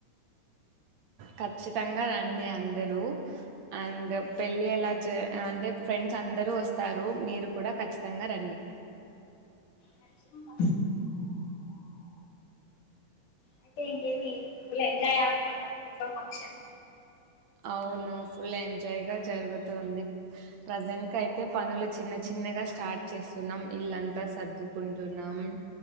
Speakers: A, on the right; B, on the left.
A: ఖచ్చితంగా రండి అందరూ అండ్ పెళ్ళి ఎలా చే అంటే ఫ్రెండ్స్ అందరు వస్తారు మీరు కూడా ఖచ్చితంగా రండి
B: ఖచ్చితంగా అయితే ఇంకేమి ఫుల్ ఎంజాయ్ అన మాట ఇంట్లో ఫంక్షన్
A: అవును ఫుల్ ఎంజాయ్ గా జరుగుతుంది ప్రజెంట్ క అయితే పనులు చిన్న చిన్నగా స్టార్ట్ చేస్ న్నాం ఇల్లంతా సర్దుకుంటున్నాం